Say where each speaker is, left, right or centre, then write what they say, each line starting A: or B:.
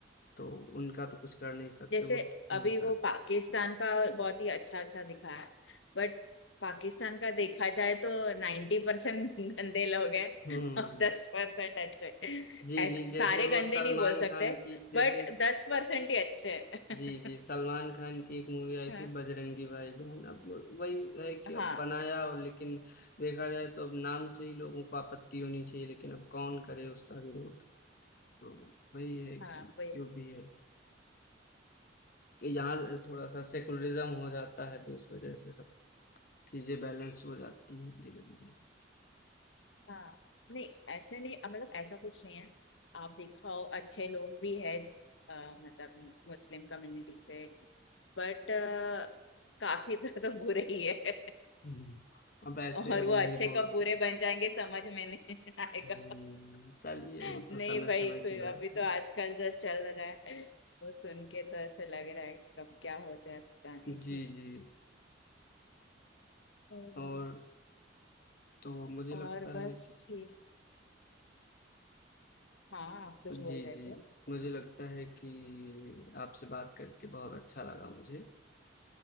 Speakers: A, on the left (about 50°); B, on the left (about 80°).
A: तो उनका तो कुछ कर नहीं सकते
B: जैसे
A: वो तो
B: अभी
A: हमेशा
B: वो पाकिस्तान का बहुत ही अच्छा अच्छा दिखाया बट पाकिस्तान का देखा जाए तो नाइन्टी परसेंट गंदे लोग हैं
A: हम्म
B: और दस परसेंट अच्छे
A: जी
B: ऐसा
A: जी जैसे
B: सारे
A: वो
B: गंदे
A: सलमान
B: नहीं बोल सकते
A: खान की जैसे
B: बट दस परसेंट ही अच्छे हैं
A: जी जी
B: <laughs>
A: सलमान खान की एक मूवी आई
B: हाँ
A: थी बजरंगी भाईजान अब वही है कि
B: हाँ
A: अब बनाया और लेकिन देखा जाए तो अब नाम से ही लोगों को आपत्ति होनी चाहिए लेकिन अब कौन करे उसका विरोध तो वही है
B: हाँ
A: कि
B: वही
A: जो भी है यहाँ थोड़ा सा सेकुलरिज्म हो जाता है तो इस वजह से सब चीजें बैलेंस हो जाती हैं धीरे धीरे
B: हाँ नहीं ऐसे नहीं अ, मतलब ऐसा कुछ नहीं है आप दिखाओ अच्छे लोग भी है अ, मतलब मुस्लिम कम्युनिटी से बट काफी <laughs> ज्यादा बुरे ही है
A: हम्म। अब ऐसे
B: और
A: अब
B: वो अच्छे
A: नहीं बोल
B: कब
A: सकते
B: बुरे बन जाएंगे समझ में नहीं <laughs> आएगा
A: हम्म, चलिए वो
B: नहीं
A: तो समय
B: भाई
A: समय
B: कोई
A: की बात
B: अभी
A: है
B: तो आजकल जो चल रहा है वो सुन के तो ऐसे लग रहा है कब क्या हो जाए पता नहीं
A: जी जी
B: तो,
A: और तो मुझे
B: और
A: लगता है
B: बस ठीक हाँ आप कुछ
A: जी
B: बोल रहे
A: जी
B: थे
A: मुझे लगता है कि आपसे बात करके बहुत अच्छा लगा मुझे